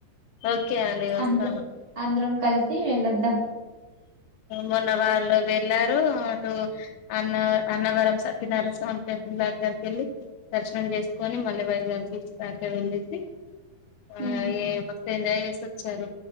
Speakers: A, on the left; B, on the right.
A: ఓకే అండి వస్తాను
B: అందు అందరం కలిసి వెళ్ళొద్దాం
A: మొన్న వాళ్ళు వెళ్ళారు అటు అన్న అన్నవరం సత్యనారాయ స్వామి టెంపుల్ దగ్గరికి వెళ్ళి దర్శనం చేసుకొని మళ్ళీ వైజాగ్ బీచ్ దాకా వెళ్ళేసి ఆ
B: ఉమ్,
A: ఏ మస్తు ఎంజాయ్ చేసి వచ్చారు